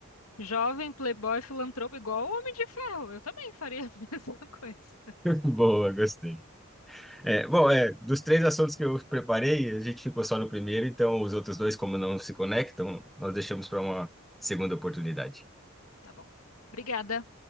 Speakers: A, on the left; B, in the centre.
A: Jovem, playboy, filantropo, igual o Homem de Ferro. Eu também faria a <laughs> mesma coisa.
B: Boa, gostei. É, bom, é, dos três assuntos que eu preparei, a gente ficou só no primeiro, então os outros dois, como não se conectam, nós deixamos para uma segunda oportunidade.
A: Tá bom. Obrigada.